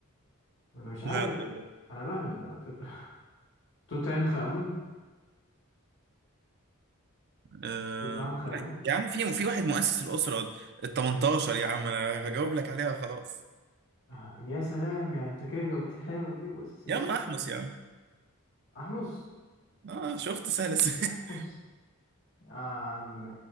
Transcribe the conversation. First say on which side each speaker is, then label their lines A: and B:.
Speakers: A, on the left (about 60°); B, on the right (about 50°).
A: أنا مش عارف
B: لا والله
A: أنا بهبد على فكرة <laughs> توت عنخ آمون
B: آه.
A: توت عنخ آمون
B: يا عم في في واحد مؤسس الاسره ال 18 يا عم انا هجاوب لك عليها خلاص
A: آه يا سلام يعني أنت كده جاوبتيه حلوة كده وأسس الأسرة
B: يا عم احمس يا عم
A: أحمس
B: اه شفت سهل س- <laughs>
A: أحمس يا عم